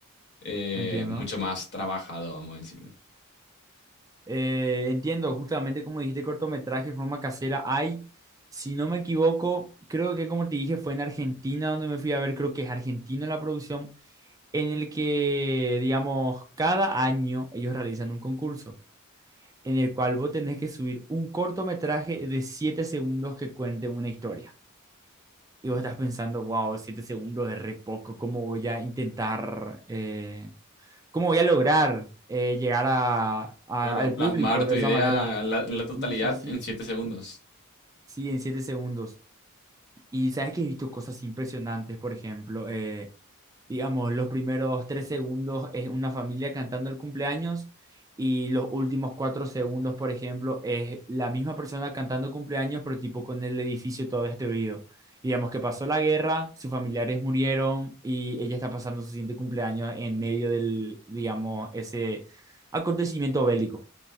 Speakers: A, on the left (about 50°); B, on the right (about 15°).
A: eh,
B: entiendo.
A: mucho más trabajado, vamos a decir.
B: Eh, entiendo, justamente como dijiste, cortometraje, de forma casera. Hay, si no me equivoco, creo que como te dije, fue en Argentina donde me fui a ver, creo que es Argentina la producción, en el que, digamos, cada año ellos realizan un concurso en el cual vos tenés que subir un cortometraje de 7 segundos que cuente una historia. y vos estás pensando, wow, siete segundos es re poco, ¿cómo voy a intentar, eh, cómo voy a lograr eh, llegar a, a-
A: Claro,
B: al
A: plasmar
B: público de
A: tu idea
B: esa manera?
A: en la, en la totalidad
B: Sí, sí, sí,
A: en 7 segundos.
B: sí, en siete segundos. Y sabes que he visto cosas impresionantes, por ejemplo, eh, digamos, los primeros tres segundos es una familia cantando el cumpleaños y los últimos cuatro segundos, por ejemplo, es la misma persona cantando cumpleaños, pero tipo con el edificio todo destruido. Digamos que pasó la guerra, sus familiares murieron y ella está pasando su siguiente cumpleaños en medio del, digamos, ese acontecimiento bélico.